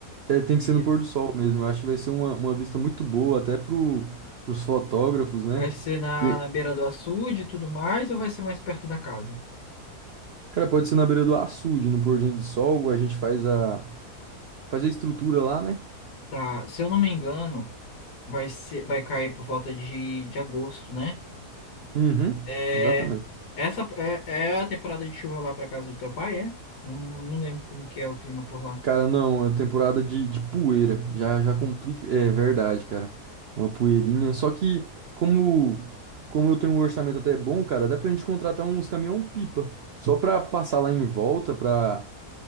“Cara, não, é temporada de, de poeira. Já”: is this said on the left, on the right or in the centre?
Right